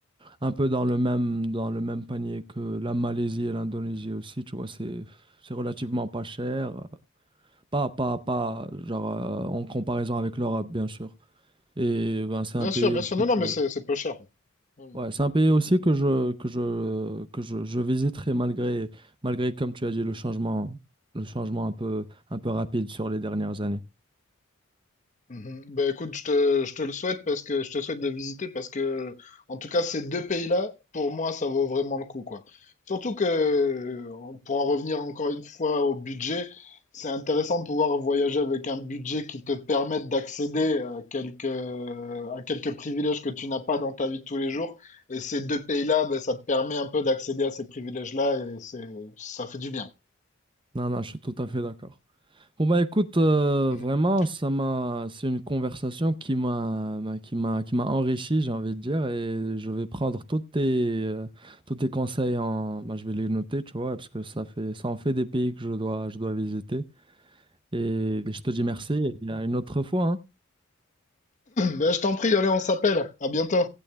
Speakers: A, on the right (about 25°); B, on the left (about 35°).
A: un peu dans le même dans le même panier que la Malaisie et l'Indonésie aussi tu vois c'est c'est relativement pas cher Pas, pas, pas, genre, euh, en comparaison avec l'Europe, bien sûr. Et ben, c'est
B: Bien
A: un pays
B: sûr, bien
A: aussi
B: sûr. Non, non,
A: que,
B: mais c'est c'est peu cher. Mm.
A: ouais, c'est un pays aussi que je, que je, que je, je visiterai malgré, malgré, comme tu as dit, le changement, le changement un peu, un peu rapide sur les dernières années.
B: Mhm. Ben écoute, je te, je te le souhaite parce que je te souhaite de visiter parce que en tout cas ces deux pays-là, pour moi, ça vaut vraiment le coup quoi. Surtout que euh, pour en revenir encore une fois au budget, c'est intéressant de pouvoir voyager avec un budget qui te permette d'accéder à quelques à quelques privilèges que tu n'as pas dans ta vie de tous les jours. Et ces deux pays-là, ben, ça te permet un peu d'accéder à ces privilèges-là et c'est ça fait du bien.
A: Non, non, je suis tout à fait d'accord. Bon bah écoute, euh,
B: <laughs>
A: vraiment, ça m'a, c'est une conversation qui m'a, m'a- qui m'a, qui m'a enrichi, j'ai envie de dire, et je vais prendre tous tes, euh, tous tes conseils en, bah, je vais les noter, tu vois, parce que ça fait, ça en fait des pays que je dois, je dois visiter. Et je te dis merci, et à une autre fois, hein.
B: Ben, je t'en prie, allez, on s'appelle. À bientôt.